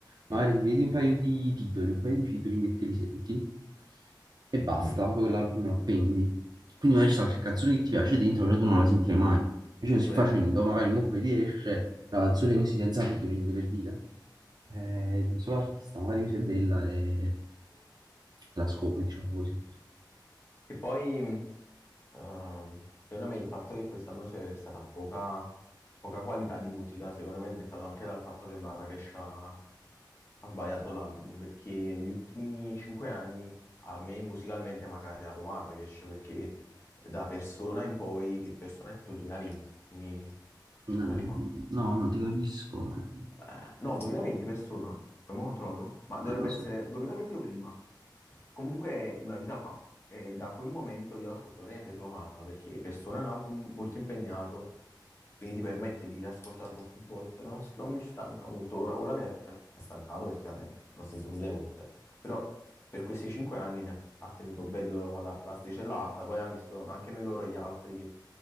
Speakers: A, on the right; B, on the left.
A: magari
B: sì,
A: ti vedi un paio di titoli, un paio di featuring e te li senti, e basta, poi quell'album lo appendi. Quindi magari c'è qualche canzone che ti piace dentro, però tu non la sentirai mai. Invece
B: vero.
A: così facendo, magari mo poi ti esce una canzone così senza featuring, per dire, eh, di un solo artista, magari così è bella e la scopri, diciamo così.
B: Che poi, mh, ehm, secondo me, il fatto che quest'anno c'è stata poca, poca qualità di musica, secondo me è dettato anche dal fatto che Marrakesh ha sbagliato l'album perché gli ultimi cinque anni a me musicalmente mi ha carriato Marrakesh perché da Persona in poi, Persona è tipo il 2020, quindi cinque
A: Mm,
B: anni fa.
A: No, non ti capisco. eh.
B: Eh, no, 2020 persona. Poi mo controllo. Ma dovrebbe
A: Eh, non
B: essere
A: so.
B: 2020 o prima. Comunque è una vita fa. E da quel momento io ascolto veramente solo Marra perché Persona è un album molto impegnato, quindi ti permette di riascoltarlo più volte. Non, s- non mi stanca molto. Ora, ora mi ha stancato perché vabbè, l'ho sentito mille volte. Però per questi cinque anni mi ha, ha tenuto bello la, la sticella alta, poi ha messo anche noi loro gli altri che